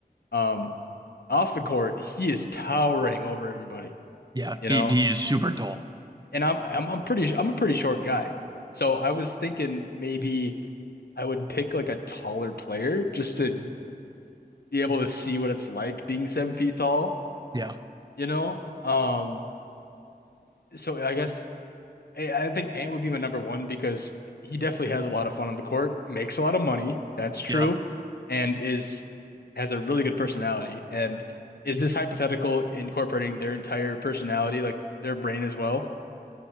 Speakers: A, on the left; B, on the right.
A: um, off the court, he is towering over everybody.
B: Yeah.
A: You
B: He,
A: know,
B: he is super tall.
A: and I'm I'm I'm pretty I'm a pretty short guy. So I was thinking maybe I would pick like a taller player just to be able to see what it's like being seven feet tall,
B: Yeah.
A: you know? Um, so I guess I, I think Ant would be my number one because he definitely has a lot of fun on the court, makes a lot of money, that's true,
B: Yeah.
A: and is has a really good personality. And is this hypothetical incorporating their entire personality, like their brain as well?